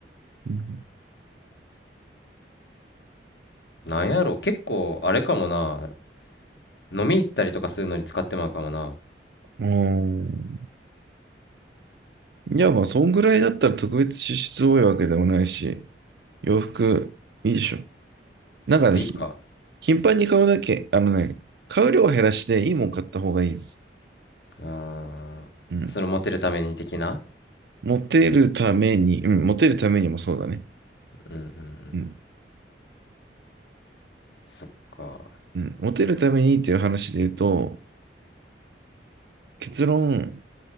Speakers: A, on the right; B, on the left.
A: うん。
B: なんやろ結構、あれかもな。飲み行ったりとかするのに使ってまうかもな。
A: うんいや、まあ、そんぐらいだったら特別支出多いわけでもないし、洋服いいでしょ。なんかね、
B: いいか。
A: ひ頻繁に買うだけ、あのね、買う量を減らしていいもん買った方がいい。
B: ああ、
A: うん。
B: そのモテるために的な
A: モテるために、うん、モテるためにもそうだね。
B: うんうんうん。
A: うん、
B: そっか。
A: うん。モテるためにっていう話で言うと、結論、